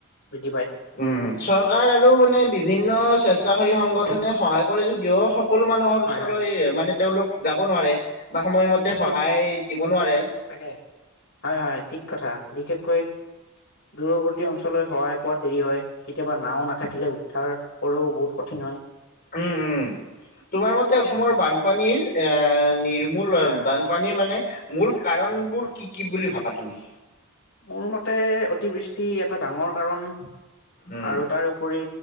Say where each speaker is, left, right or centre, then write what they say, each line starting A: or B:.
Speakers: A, on the left; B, on the left.
A: বৃদ্ধি পায়
B: উম চৰকাৰ আৰু মানে বিভিন্ন স্বেচ্ছাসেৱী সংগঠনে সহায় কৰে যদিও সক সকলো মানুহৰ
A: হয়
B: ওচৰই
A: হয়
B: মানে, তেওঁলোক যাব নোৱাৰে, বা সময়মতে
A: ঠিক
B: সহায়
A: কথা
B: দিব নোৱাৰে।
A: তাকে হয় হয় ঠিক কথা বিশেষকৈ দূৰৱৰ্তী অঞ্চললৈ সহায় পোৱাত দেৰি হয় কেতিয়াবা নাও না থাকিলে উদ্ধাৰ কৰোঁ বহুত কঠিন হয়
B: উম উম তোমাৰ মতে অসমৰ
A: হয়
B: বানপানীৰ এ নি মোৰ
A: হয় হয়
B: বানপানী মানে মূল কাৰণবোৰ কি কি বুলি ভাবা তুমি
A: মোৰ মতে অতিবৃষ্টি এ এটা ডাঙৰ কাৰণ
B: উম
A: আৰু তাৰেপৰি